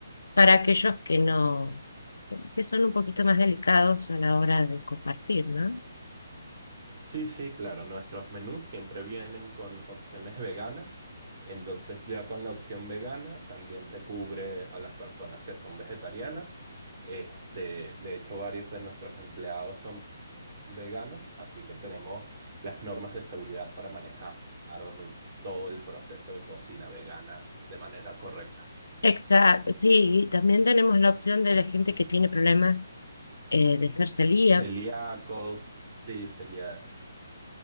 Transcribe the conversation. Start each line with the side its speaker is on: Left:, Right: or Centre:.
Left: para aquellos que no, que son un poquito más delicados a la hora de compartir, ¿no?
Right: Sí, sí, claro. Nuestros menús siempre vienen con opciones veganas. Entonces ya con la opción vegana también te cubre a las personas que son vegetarianas. Este, de hecho, varios de nuestros empleados son veganos, así que tenemos las normas de seguridad para manejar todo el proceso de cocina vegana de manera correcta.
Left: Exacto, sí, y también tenemos la opción de la gente que tiene problemas eh, de ser celíaca.
Right: Celíacos, sí, celíacos